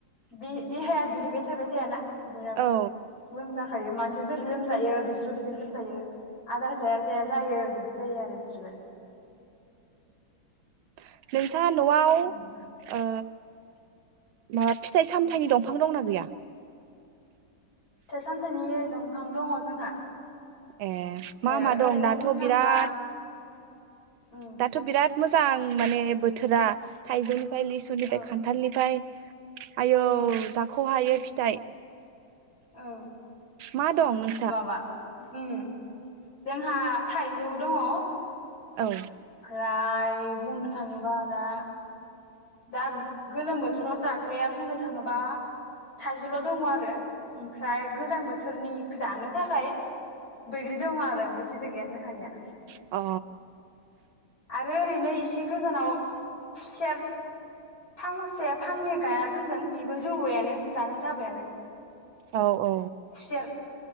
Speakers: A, on the left; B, on the right.
A: बि देहाया बिनि बे थाबाय थायाना। बयनाबो
B: औ
A: लोमजा खायो मानसिया जेरै लोमजायो बिसोरबो बिदिनो लोमजायो आदार जाया जाया जायो बिदि जायो आरो बिसोरबो।
B: <unintelligible> ना न'आव ओ
A: उम
B: ओ माबा फिथाइ सामथाइनि दंफां दंना गैया।
A: फिथाइ सामथाइनि दंफां दङ जोंहा।
B: ए मा
A: ओ
B: मा दं
A: ओरैनो
B: दाथ'
A: बुंनो थाङोबा
B: बिराद
A: उम
B: दाथ' बिराद मोजां माने बोथोरा थाइजौनि फाय लिसुनिफाय
A: औ
B: खान्थालनिफाय आयौ
A: उम
B: जाख हायै फिथाइ।
A: औ
B: मा दं नों
A: माबा उम जोंहा थाइजौ दङ।
B: औ।
A: फ्राय बुंनो थाङोबा दा दा गोलोम बोथोराव जाग्राया बुंनो थाङोबा थाइजौल' दङ आरो ओमफ्राय गोजां बोथोरनि जानो थाखाय बैग्रि दङ आरो ओमफ्राय जेबो गैया जोंहानिया।
B: अ।
A: रो ओरैनो एसे गोजानाव खुसेर फांसे फांनै गायना दोनदों बेबो जौबायानो जानो जाबायानो।
B: औ औ।
A: खुसेर